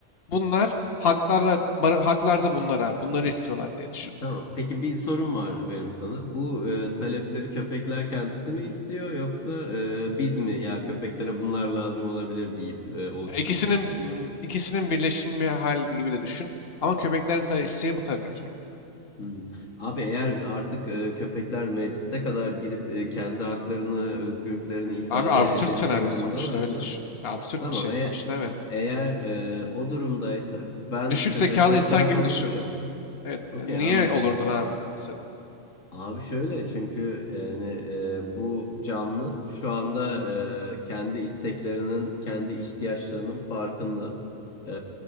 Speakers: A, on the left; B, on the left.
A: bunlar, haklarla, bar- haklar da bunlar abi. Bunları istiyorlar diye düşün.
B: Tamam.
A: Yani
B: Peki bir sorum var benim sana. Bu e, talepleri köpekler kendisi mi istiyor yoksa e, biz mi ya köpeklere bunlar lazım olabilir deyip e, oluşturuyoruz
A: İkisinin,
B: bunları?
A: mm, ikisinin birleşimi bir hal gibi de düşün. Ama köpeklerin tabii isteği bu tabii ki yani.
B: Hmm. Abi eğer artık e, köpekler meclise kadar girip e, kendi haklarını, özgürlüklerini ifade
A: Abi absürt
B: edebilecek
A: senaryo
B: durumdalarsa
A: sonuçta öyle düşün. Ya Absürt
B: tamam.
A: bir şey
B: E,
A: sonuçta evet.
B: eğer e, o durumdaysak ben
A: Düşük
B: köpeklere
A: zekalı insan
B: taraf
A: gibi
B: alabilirim.
A: düşün. Evet.
B: Okey
A: e, Niye
B: anladım.
A: olurdun abi mesela?
B: Abi şöyle çünkü yani e, bu canlı şu anda e, kendi isteklerinin, kendi ihtiyaçlarının farkında. E,